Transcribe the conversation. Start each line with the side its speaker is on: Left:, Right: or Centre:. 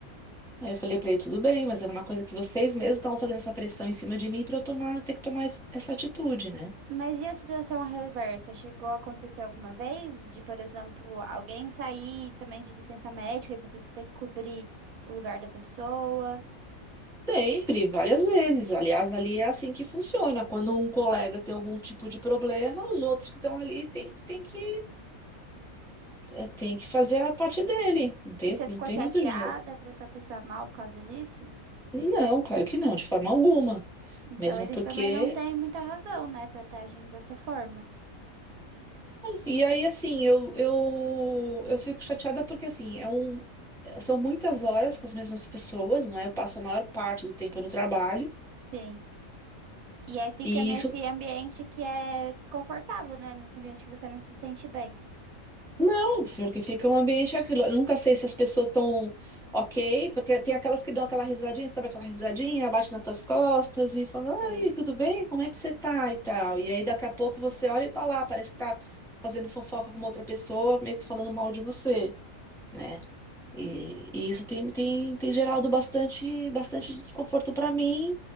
Centre: Aí eu falei pra ele, tudo bem, mas era uma coisa que vocês mesmos estavam fazendo essa pressão em cima de mim para eu tomar, ter que tomar es- essa atitude, né?
Right: Mas e a situação reversa? Chegou a acontecer alguma vez de, por exemplo, alguém sair também de licença médica e você ter que cobrir o lugar da pessoa?
Centre: Sempre, várias vezes. Aliás, ali é assim que funciona. Quando um colega tem algum tipo de problema, os outros que estão ali têm, têm que é, tem que fazer a parte dele. Não tem,
Right: E você
Centre: não
Right: ficou
Centre: tem
Right: chateada,
Centre: muito jeito.
Right: tratou a pessoa mal por causa disso?
Centre: Não, claro que não, de forma alguma.
Right: Então
Centre: Mesmo
Right: eles
Centre: porque.
Right: também não têm muita razão, né, pra estar agindo dessa forma.
Centre: E aí, assim, eu, eu, eu fico chateada porque, assim, é um, são muitas horas com as mesmas pessoas, não é? Eu passo a maior parte do tempo no trabalho.
Right: Sim. E aí fica
Centre: E
Right: nesse ambiente que é desconfortável, né? Nesse ambiente que você não se sente bem.
Centre: Não, porque fica um ambiente aquilo. Eu nunca sei se as pessoas estão ok, porque tem aquelas que dão aquela risadinha, sabe aquela risadinha, abate nas tuas costas e fala,
Right: Sim,
Centre: ai, tudo bem? Como é que você tá? E tal. E aí daqui a pouco você olha e tá lá, parece que tá fazendo fofoca com uma outra pessoa, meio que falando mal de você, né? E, e isso tem, tem, tem gerado bastante, bastante desconforto para mim.